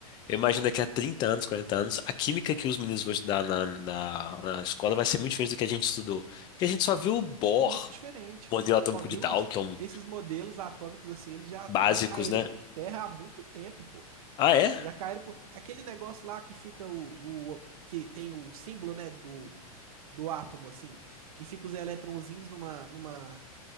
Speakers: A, on the left; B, on the right.
A: eu imagino daqui a 30 anos, 40 anos, a química que os meninos vão estudar na, na, na escola vai ser muito diferente do que a gente estudou. Porque a gente só viu o Bohr,
B: Muito diferente,
A: modelo
B: pô.
A: atômico
B: Só viu
A: de Dalton,
B: isso? Esses modelos atômicos, assim, eles já,
A: básicos,
B: já caíram
A: né?
B: por terra há muito tempo, pô.
A: Ah, é?
B: Já caíram por. Aquele negócio lá que fica o, o- que tem o símbolo, né, do, do átomo, assim, que fica os eletrõezinhos numa, numa,